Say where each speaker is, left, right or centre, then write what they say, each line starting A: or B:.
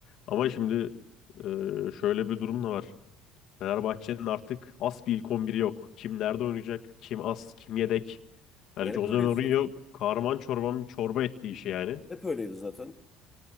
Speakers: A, on the left; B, on the left.
A: Ama şimdi e, şöyle bir durum da var. Fenerbahçe'nin artık as bir ilk on biri yok. Kim nerede oynayacak? Kim as? Kim yedek? Yani
B: E, hep
A: Jose
B: öyleydi
A: Mourinho
B: zaten.
A: kahraman çorban bir çorba etti işi yani.
B: Hep öyleydi zaten.